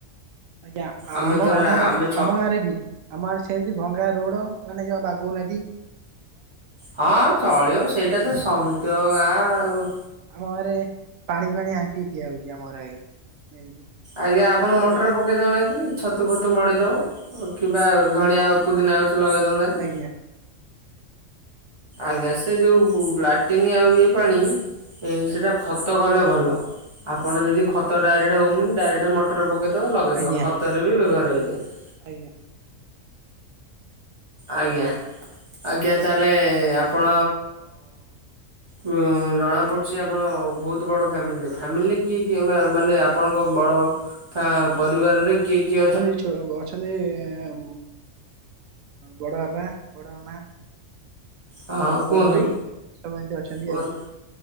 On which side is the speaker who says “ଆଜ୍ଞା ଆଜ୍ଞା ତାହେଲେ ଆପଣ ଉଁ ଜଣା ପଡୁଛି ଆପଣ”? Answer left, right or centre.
Right